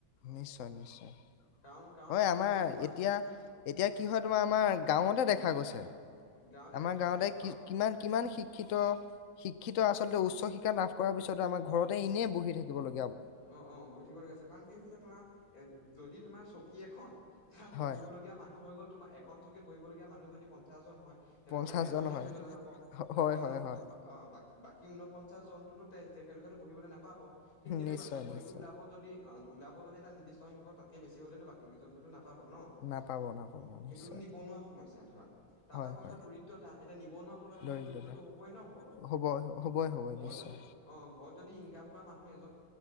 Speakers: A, on the left; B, on the left.
A: নিশ্চয় নিশ্চয়
B: কাৰণ কাৰণ
A: হয়
B: তোমাৰ
A: আমাৰ
B: যদি
A: এতিয়া এতিয়া কি হয় তোমাৰ আমাৰ গাঁৱতে দেখা গৈছে
B: গাঁৱতে
A: আমাৰ
B: দেখা
A: গাঁৱতে
B: পোৱা যায় হ
A: কি কিমান কিমান শিক্ষিত শিক্ষিত আচলতে উচ্চ উচ শিক্ষা লাভ কৰাৰ পিছত আমাৰ ঘৰতে এনেই বহি থাকিব লগীয়া
B: অ অ বহি থাকিবলগীয়া আছে কাৰণ কি হৈছে তোমাৰ এ যদি তোমাৰ চকী এখন তাত
A: হয়।
B: বহিবলগীয়া মানুহ হৈ গ'ল তোমাৰ এখন চকীত বহিবলগীয়া মানুহ যদি পঞ্চাশজন হয় তেনেহলেতো
A: পঞ্চাশজন
B: এজনে
A: হয়
B: বহিবলৈ যাব, বাকী
A: হয়
B: উনপ
A: হয় হয়
B: আহ বাকী। কি ঊনপঞ্চাছ জনটোতো তে তেখেতলোকেতো বহিব নাপাব। তেনেকুৱা
A: নিশ্চয়
B: চাকৰিটো
A: নিশ্চয়
B: ওলাব যদি। ওলাব যদি এটা নিৰ্দিষ্ট সংখ্য তাত কৈ বেছি হলেতো বাকী কেইজন টো না পাব ন
A: নাপাব নাপাব
B: অহ সেইটো
A: নিশ্চয়
B: নিবনুৱা সমস্যা ধৰা তাৰ
A: হয়
B: পৰা কৈছা
A: হয়
B: দৰিদ্ৰতা এতিয়া নিবনুৱা হোৱাৰ লগে
A: দৰিদ্ৰতা
B: লগে দৰিদ্ৰতাটো হবই ন ঘৰত
A: হ'বই হ'বই হ'বই
B: ঘৰত
A: নিশ্চয়
B: যদি অ ঘৰত যদি ইনকম কৰা মানুহ এ।